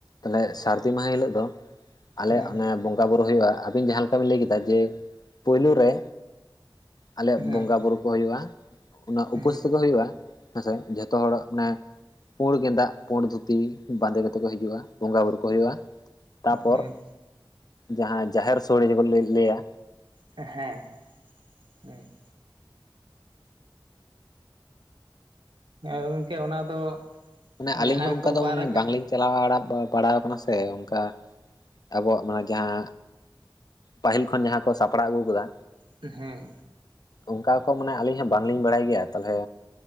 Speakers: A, on the left; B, on the right.
A: ᱛᱟᱦᱚᱞᱮ ᱥᱟᱨᱫᱤ ᱢᱟᱦᱟ ᱦᱤᱞᱚᱜ ᱫᱚ ᱟᱞᱮ
B: ᱦᱮᱸ
A: ᱚᱱᱮ ᱵᱚᱸᱜᱟ ᱵᱩᱨᱩ ᱦᱩᱭᱩᱜ-ᱟ᱾ ᱟᱵᱤᱱ ᱡᱟᱦᱟᱸ ᱞᱮᱠᱟ ᱵᱤᱱ ᱞᱟᱹᱭ ᱠᱮᱫᱟ ᱡᱮ ᱯᱩᱭᱞᱩ ᱨᱮ ᱟᱞᱮᱭᱟᱜ
B: ᱦᱮᱸ
A: ᱵᱚᱸᱜᱟ ᱵᱩᱨᱩ ᱠᱚ ᱦᱩᱭᱩᱜᱼᱟ᱾ ᱩᱱᱟᱹᱜ
B: ᱦᱮᱸ
A: ᱩᱯᱟᱹᱥ ᱛᱮᱜᱮ ᱦᱩᱭᱩᱜᱼᱟ, ᱦᱮᱸ ᱥᱮ ᱡᱷᱚᱛᱚ ᱦᱚᱲᱟᱜ ᱢᱟᱱᱮ ᱯᱩᱬ ᱜᱮᱸᱫᱟᱜ, ᱯᱩᱬ ᱫᱷᱩᱛᱤ ᱵᱟᱸᱫᱮ ᱠᱟᱛᱮᱫ ᱠᱚ ᱦᱤᱡᱩᱜᱼᱟ ᱵᱚᱸᱜᱟ ᱵᱩᱨᱩ ᱠᱚ ᱦᱩᱭᱩᱜᱼᱟ᱾ ᱛᱟᱯᱚᱨ
B: ᱦᱮᱸ
A: ᱡᱟᱦᱟᱸ ᱡᱟᱦᱮᱨ ᱥᱚᱲᱮ ᱡᱮ ᱵᱚᱱ ᱞᱟᱹᱭ ᱞᱟᱹᱭ ᱟ
B: ᱦᱮᱸ ᱦᱮᱸ ᱮ ᱜᱚᱝᱠᱮ ᱚᱱᱟ ᱫᱚ
A: ᱱᱮ ᱟᱹᱞᱤᱧ
B: ᱡᱟᱦᱟᱸᱭ
A: ᱦᱚᱸ ᱚᱱᱠᱟ
B: ᱠᱚ
A: ᱫᱚ
B: ᱵᱟᱨ ᱟᱠᱟᱫ
A: ᱵᱟᱝ ᱞᱤᱧ ᱪᱟᱞᱟᱣ ᱵᱟᱲᱟᱣ ᱟᱠᱟᱱᱟ ᱥᱮ ᱚᱱᱠᱟ ᱟᱵᱚᱣᱟᱜ ᱢᱟᱱᱮ ᱡᱟᱦᱟᱸ ᱯᱟᱹᱦᱤᱞ ᱠᱷᱚᱱ ᱡᱟᱦᱟᱸ ᱠᱚ ᱥᱟᱯᱲᱟᱣ ᱟᱹᱜᱩ ᱟᱠᱟᱫᱟ
B: ᱦᱮᱸ
A: ᱚᱱᱠᱟ ᱠᱚ ᱢᱟᱱᱮ ᱟᱹᱞᱤᱧ ᱦᱚᱸ ᱵᱟᱝᱞᱤᱧ ᱵᱟᱲᱟᱭ ᱜᱮᱭᱟ ᱛᱟᱞᱦᱮ